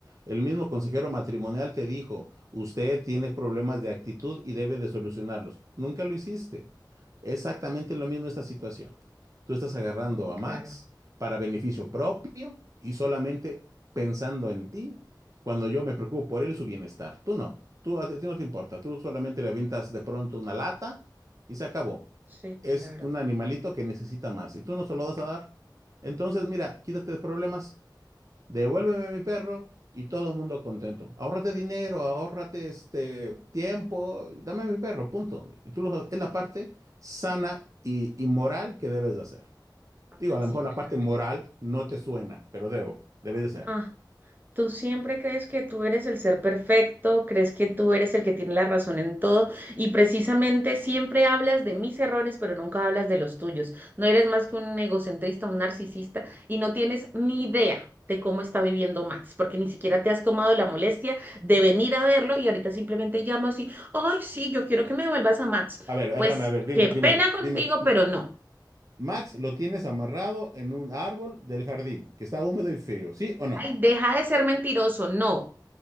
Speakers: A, on the right; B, on the right.
A: El mismo consejero matrimonial te dijo, usted tiene problemas de actitud y debe de solucionarlos. Nunca lo hiciste. Exactamente lo mismo esta situación. Tú estás agarrando
B: Sí,
A: a
B: claro,
A: Max para beneficio propio y solamente pensando en ti cuando yo me preocupo por él y su bienestar. Tú no, tú a ti no te importa, tú solamente le avientas de pronto una lata y se acabó.
B: sí,
A: Es
B: claro.
A: un animalito que necesita más y tú no se lo vas a dar. Entonces, mira, quítate de problemas, devuélveme mi perro y todo el mundo contento. Ahórrate dinero, ahórrate este tiempo, dame mi perro, punto. Y tú lo, es la parte sana y, y moral que debes de hacer. Digo,
B: Ay,
A: a lo
B: sí,
A: mejor la parte
B: claro.
A: moral no te suena, pero debo, debes de hacerlo.
B: Ah, Tú siempre crees que tú eres el ser perfecto, crees que tú eres el que tiene la razón en todo y precisamente siempre hablas de mis errores, pero nunca hablas de los tuyos. No eres más que un egocentrista, un narcisista y no tienes ni idea de cómo está viviendo Max, porque ni siquiera te has tomado la molestia de venir a verlo y ahorita simplemente llamas y, ay, sí, yo quiero que me vuelvas a Max.
A: A ver,
B: Pues
A: espérame, a ver, dime,
B: qué pena
A: dime,
B: contigo,
A: dime. M-
B: pero no.
A: Max lo tienes amarrado en un árbol del jardín, que está húmedo y frío, ¿sí o no?
B: Ay, deja de ser mentiroso, no.